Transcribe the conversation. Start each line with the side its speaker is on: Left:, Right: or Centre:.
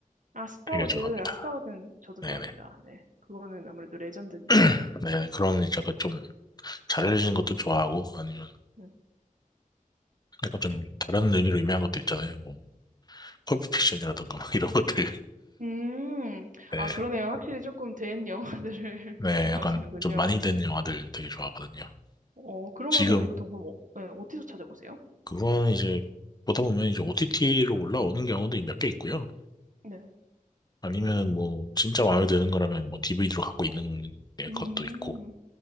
Right: 아, 스타워즈.
Left: 되게 좋아합니다.
Right: 아, 스타워즈는 저도
Left: 네네.
Right: 좋아합니다. 네. 그거는 아무래도 레전드니까.
Left: <clears throat> 네, 그런 이제 약간 좀 잘해려진 것도 좋아하고 아니면
Right: 네.
Left: 약간 좀 다른 의미로 의미한 것도 있잖아요. 뭐 펄프 픽션이라던가 막 <laughs> 이런 것들.
Right: 음,
Left: 네,
Right: 아, 그러네요. 확실히 조금 된 영화들을
Left: 네,
Right: <laughs> 좋아하시는군요.
Left: 약간 좀 많이 된 영화들 되게 좋아하거든요.
Right: 어, 그런
Left: 지금
Right: 거는 보통 그럼 어, 네, 어디서 찾아보세요?
Left: 그거는 이제 보다 보면 이제 OTT로 올라오는 경우도 몇 개 있고요.
Right: 네.
Left: 아니면은 뭐 진짜 마음에 드는 거라면 뭐 DVD로 갖고 있는
Right: 음,
Left: 것도 있고